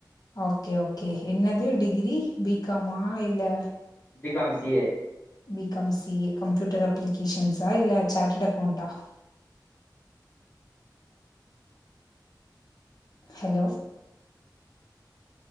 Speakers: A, on the left; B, on the left.
A: ஓகே ஓகே என்னது டிகிரி பிகாமா இல்ல
B: BCom C A
A: BCom CA computer அப்ளிகேஷன்ஸா இல்ல சாட்டட் அக்கௌண்ட்டா <inaudible> ஹலோ